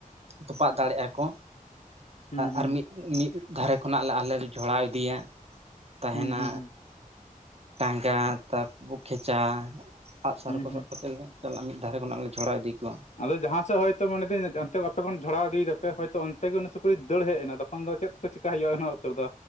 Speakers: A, on the right; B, on the left.
A: ᱛᱚᱯᱟᱜ ᱫᱟᱲᱮᱜ ᱟᱠᱚ
B: ᱦᱩᱸ ᱦᱩᱸ
A: ᱟᱨ ᱢᱤᱫ ᱢᱤᱫ ᱫᱷᱟᱨᱮ ᱠᱷᱚᱱᱟᱜ ᱞᱮ ᱟᱞᱮ ᱡᱷᱚᱲᱟ ᱤᱫᱤᱭᱟ ᱛᱟᱦᱮᱱᱟ
B: ᱦᱩᱸ ᱦᱩᱸ
A: ᱴᱟᱸᱜᱟ ᱛᱟᱨᱯᱚ ᱠᱷᱮᱪᱟ ᱟᱸᱜᱼᱥᱟᱨ
B: ᱦᱩᱸ
A: ᱠᱚ
B: ᱦᱩᱸ
A: ᱥᱟᱵ ᱠᱟᱛᱮ ᱞᱮ ᱛᱟᱦᱚᱞᱮ ᱢᱤᱫ ᱫᱷᱟᱨᱮ ᱠᱷᱚᱱᱟᱜ ᱞᱮ ᱡᱷᱚᱲᱟ ᱤᱫᱤ ᱠᱚᱣᱟ
B: ᱟᱫᱚ ᱡᱟᱦᱟᱸ ᱥᱮᱫ ᱦᱚᱭᱛᱳ ᱢᱮᱱᱮᱫᱟᱹᱧ ᱚᱱᱛᱮ ᱟᱯᱮ ᱠᱷᱚᱱ ᱡᱷᱚᱲᱟᱣ ᱤᱫᱤᱭᱮᱫᱟ ᱯᱮ ᱦᱚᱭᱛᱳ ᱚᱱᱛᱮ ᱜᱮ ᱩᱱᱤ ᱥᱩᱠᱨᱤᱭ ᱫᱟᱹᱲ ᱦᱮᱡ ᱮᱱᱟ ᱛᱚᱠᱷᱚᱱ ᱫᱚ ᱪᱮᱫ ᱪᱮᱠᱟ ᱦᱩᱭᱩᱜᱼᱟ ᱩᱱᱟᱹᱜ ᱩᱛᱚᱨ ᱫᱚ